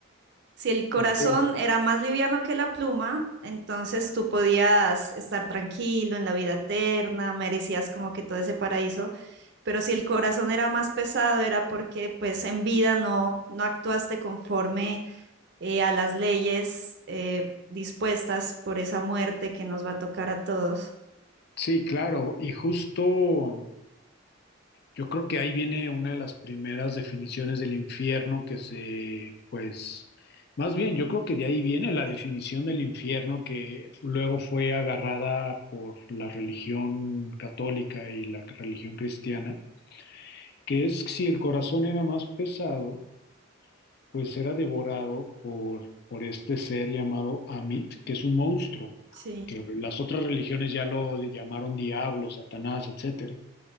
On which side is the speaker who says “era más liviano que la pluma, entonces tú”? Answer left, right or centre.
Right